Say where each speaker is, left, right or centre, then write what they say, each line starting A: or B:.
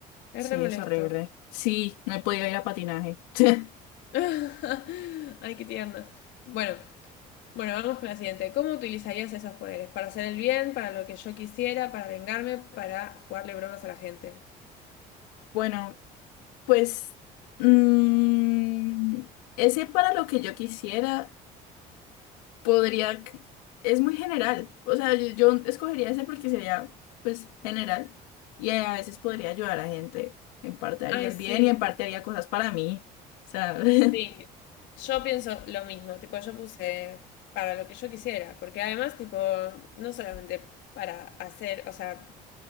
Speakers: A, on the left; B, on the left.
A: Es
B: Sí,
A: re molesto.
B: es horrible. Sí, no he podido ir a patinaje. <laughs>
A: <laughs> Ay, qué tierna. Bueno, bueno, vamos con la siguiente. ¿Cómo utilizarías esos poderes? ¿Para hacer el bien? ¿Para lo que yo quisiera? ¿Para vengarme? ¿Para jugarle bromas a la gente?
B: Bueno, Pues mm, ese para lo que yo quisiera podría, c- es muy general, o sea, yo, yo escogería ese porque sería pues general y eh, a veces podría ayudar a gente, en parte haría
A: Ay,
B: el
A: sí,
B: bien y en parte haría cosas para mí, o sea, <laughs>
A: sí. Yo pienso lo mismo, tipo, yo puse para lo que yo quisiera, porque además, tipo, no solamente para hacer, o sea,